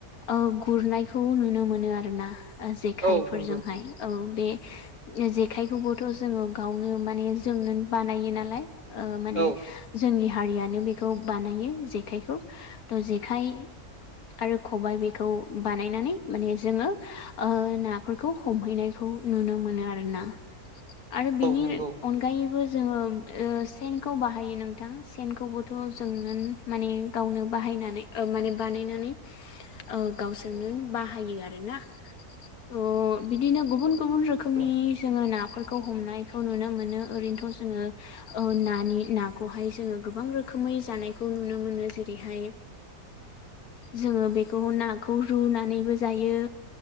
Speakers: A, on the left; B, on the right.
A: ओ गुरनायखौ नुनो मोनो आरोना। जेखायफोरजोंहाय।
B: औ नंगौ
A: औ बे जेखाइखौबोथ' जोङो गावनो माने जोंनो बानायो नालाय। ओ माने
B: औ
A: जोंनि हारियानो बेखौ बानायो जेखाइखौ थ' जेखाइ आरो खबाय बेखौ बानायनानै माने जोङो ओ ना फोरखौ हमहैनायखौ नुनो मोनो आरोना आरो बिनि
B: औ नंगौ
A: अनगा अनगायैबो जोङो ओ सेनखौ बाहायो नोंथां सेनखौबोथ' जोंनो माने गावनो बाहायनानै माने बानायनानै ओ गावसोरनो बाहायो आरोना अ बिदिनो गुबुन गुबुन रोखोमनि
B: औ
A: जोङो नाफोरखौ हमनाय खौ नुनो मोनो ओरैनोथ' जोङो ओ नानि नाखौहाय जोङो गोबां रोखोमै जानायखौ खौ नुनो मोनो जेरैहाय जोङो बेखौ नाखौ रुनानैबो जायो